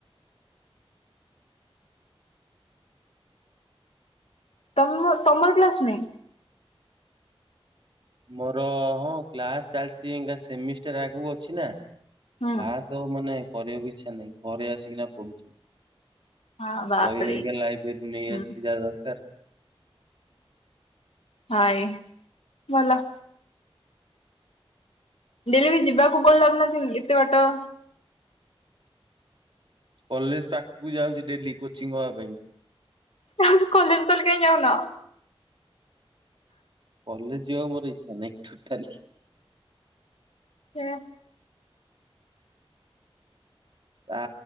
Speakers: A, on the left (about 85°); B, on the right (about 60°).
A: ତମ ତମର କ୍ଲାସ୍ <unintelligible>
B: ମୋର ହଁ କ୍ଲାସ୍ ଚାଲିଚି ଏଙ୍ଗା ସେମିଷ୍ଟାର ଆଗକୁ ଅଛି ନା। କ୍ଲାସ
A: ହୁଁ
B: ତ ମାନେ କରିବାକୁ ଇଚ୍ଛା ନାହିଁ ଘରେ ଆସିକିନା ପଢୁଛି।
A: ହଁ ବାପରେ
B: ବହି ହରିକା ଲାଇବ୍ରେରୀରୁ ନେଇ
A: ହୁଁ
B: ଆସିଛି ଯାହା ଦରକାର।
A: ହାଏ ଭଲ। ଡେଲି ଯିବାକୁ <unintelligible> ଲାଗୁ <unintelligible> ଏତେ ବାଟ।
B: କଲେଜ ପାଖକୁ ଯାଉଛି ଡେଲି କୋଚିଂ ହବା ପାଇଁ।
A: <inaudible> କଲେଜହେଲେ କାଇଁ ଯାଉନ?
B: କଲେଜ ଯିବାକୁ ମୋର ଇଚ୍ଛା ନାହିଁ ଟୋଟାଲି।
A: <unintelligible>
B: ତା